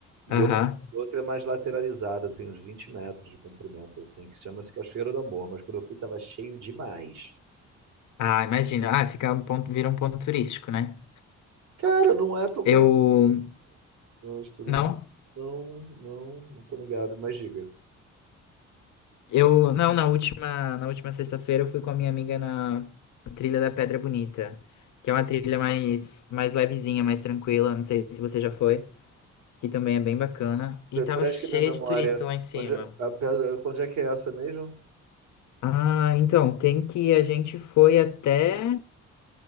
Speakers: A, on the right; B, on the left.
A: E
B: Aham.
A: outra, outra é mais lateralizada, tem uns 20 metros de comprimento, assim, que chama-se Cachoeira do Amor. Mas quando eu fui, tava cheio demais.
B: Ah, imagina. Ah, fica um ponto, vira um ponto turístico, né?
A: Cara, não é tão conhecida.
B: Eu
A: Os turistas
B: Não?
A: não, não, não estão ligados, mas diga.
B: Eu, não, na última, na última sexta-feira eu fui com a minha amiga na trilha da Pedra Bonita, que é uma trilha mais, mais levezinha, mais tranquila, não sei se você já foi, que também é bem bacana, e
A: Refresca
B: tava cheio
A: minha memória.
B: de turista lá em cima.
A: Onde é- a pedra, onde é que é essa mesmo?
B: Ah, então, tem que a gente foi até,